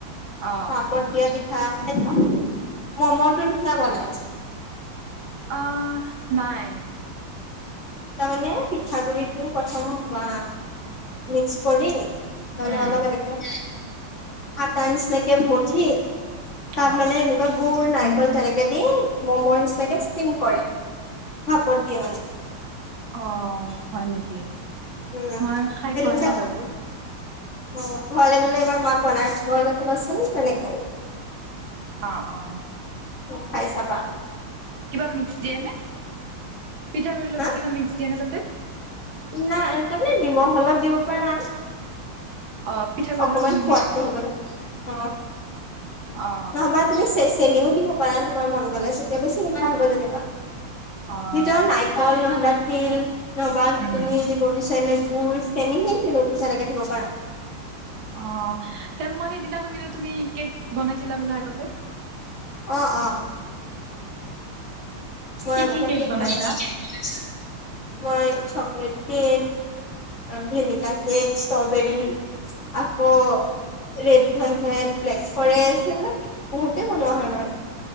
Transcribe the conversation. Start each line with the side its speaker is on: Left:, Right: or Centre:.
Right: অ
Left: ভাপত দিয়া পিঠা খাইছা মমটো নিচিনা বনাই
Right: অ নাই
Left: তাৰমানে পিঠাগুড়ি টো প্ৰথম বা মিক্স কৰি তাৰমানে
Right: উম
Left: অলপ এনেকে আকাৰ নিচিনাকে মঠি তাত
Right: অ
Left: মানে এনেকোৱা গুৰ নাই নাৰিকল তেনেকে দি মমৰ নিচিনাকে ষ্টিম কৰে ভাপত দিয়ে মানে
Right: অ হয় নেকি
Left: উম
Right: মই খাই
Left: সেইটো
Right: পোৱা
Left: পিঠা
Right: নাই
Left: খা
Right: বাৰু
Left: অ ঘৰলে গ'লে এবাৰ মাক বনাই খোৱাবলে ক'বাচোন তেনেকে
Right: অ অ
Left: খাই চাবা
Right: কিবা মিক্স দিয়ে নে পিঠা গুড়ি লগত
Left: হা
Right: কিবা মিক্স দিয়ে নে তাতে
Left: নাই তামানে নিমখ অলপ দিব পাৰা
Right: অ পিঠাগুড়িৰ
Left: অকমান
Right: লগত নিমখ
Left: সোৱাদটো হ'বলে অ
Right: অ
Left: নহ'বা তুমি চে চেনিও দিব পাৰা তোমাৰ মন গ'লে তেতিয়া বেছি মিঠা হ'ব যেনেবা
Right: অ',
Left: ভিতৰত নাৰিকল নহ'বা তিল নহ'বা
Right: উম,
Left: তুমি দিব বিচাৰিলে গুড় চেনিহে তেনেকে দিব পাৰা
Right: অ সেই মই সেইদিনা শুনিলো তুমি কেক বনাইছিলা বোলে আগতে
Left: অ অ মই
Right: কি
Left: আগতে
Right: কি
Left: কেক
Right: বনাইছা?
Left: বনাইছিলো কি কেক বনাইছা মই চকলেট কেক অ ভেনিলা কেক ষ্ট্ৰবেৰি আক ৰেড ভেলভেত, ব্লেক ফৰেষ্ট সেইবিলাক বহুতে বনোৱা হয় বাৰু